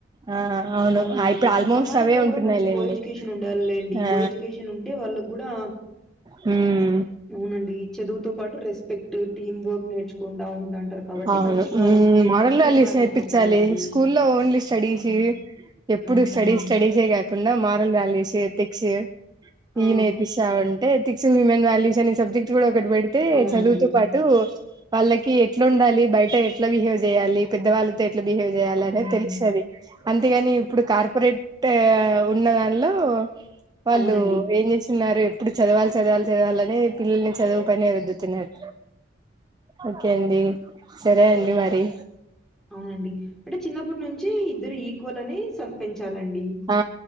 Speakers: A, on the right (about 20°); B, in the centre.
A: ఆ అవును
B: అవునండి
A: ఇప్పుడు ఆల్మోస్ట్
B: సమాజంలో
A: అవే
B: కూడ
A: ఉంటున్నాయిలేండి
B: మంచి కో ఎడ్యుకేషన్ ఉండాళ్ళేండి
A: ఆ
B: కో ఎడ్యుకేషన్ ఉన్ టే వాళ్ళగ్గుడా
A: హ్మ్
B: అవునండి చదువుతో పాటు రెస్పెక్ట్ టు టీమ్ వర్క్ నేర్చుకుంటా ఉంటాంటరు కాబట్టి
A: అవును
B: మంచిగా
A: um model
B: good
A: values
B: environment
A: నేర్పించాలి
B: ఉంటాదండి
A: స్కూల్లో ఓన్లీ స్టడీసు
B: హ్మ్.
A: ఎప్పుడు
B: అవునండి.
A: స్టడీ స్టడీస్ జే కాకుండా మారల్ వాల్యూస్, ఎతిక్స్
B: ఆ!
A: ఇవి నేర్పిస్తా ఉంటే ఎథిక్స్ హ్యూమన్ వాల్యూస్ అనే సబ్జెక్ట్ గూడా ఒకటి పెడ్తే
B: అవునండి.
A: చదువుతో తో వాళ్ళకి ఎట్లుండాలి బయట ఎట్ల బిహేవ్ జేయాలి పెద్దవాళ్ళత్ తొ ఎట్ల బిహేవ్ జేయాలనేది
B: అవునండి.
A: తెలుస్తది అంతేగాని ఇప్పుడు కార్పొరేట్ ఉన్న దాన్లో వాళ్ళు
B: అవునండి.
A: ఏం జేస్తున్నారు ఎప్పుడు చదవాలి చదవాలి చదవాలనే పిల్లల్ని చదువు పైనే రుద్దుతున్నారు ఓకే అండి సరే అండి మరి
B: అవునండి అంటే చిన్నప్పటి నుంచి ఇద్దరు ఈక్వల్ అనీ సమ్ పెంచాలండి
A: ఆ